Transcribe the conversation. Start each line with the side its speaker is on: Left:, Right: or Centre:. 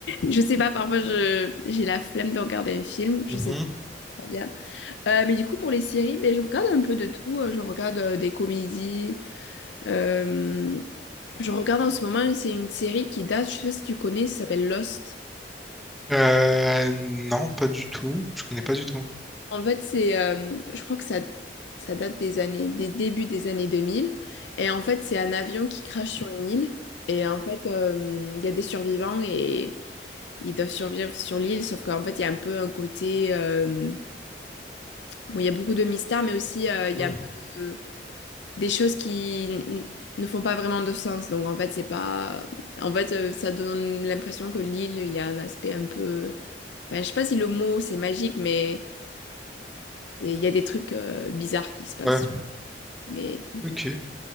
Left: Je sais pas, parfois je j'ai la flemme de regarder un film. Je
Centre: Mhm.
Left: sais c'est pas bien. Euh, mais du coup, pour les séries, ben, je regarde un peu de tout. Euh, Je regarde euh, des comédies. Euh, Je regarde en ce moment, c'est une série qui date. Je sais pas si tu connais. Ça s'appelle Lost.
Centre: Euh, non, pas du tout. Je connais pas du tout.
Left: En fait, c'est, euh, je crois que ça, ça date des années, des débuts des années 2000. Et en fait, c'est un avion qui crache sur une île. Et en fait, euh, il y a des survivants et ils doivent survivre sur l'île. Sauf qu'en fait, il y a un peu un côté, euh, bon, il y a beaucoup de mystères, mais aussi euh, il
Centre: Mhm.
Left: y a un peu de- des choses qui n- ne font pas vraiment de sens. Donc en fait, c'est pas, en fait, euh, ça donne l'impression que l'île, il y a un aspect un peu, enfin, je sais pas si le mot c'est magique, mais et il y a des trucs euh, bizarres qui se passent.
Centre: Ouais.
Left: Mais...
Centre: Ok.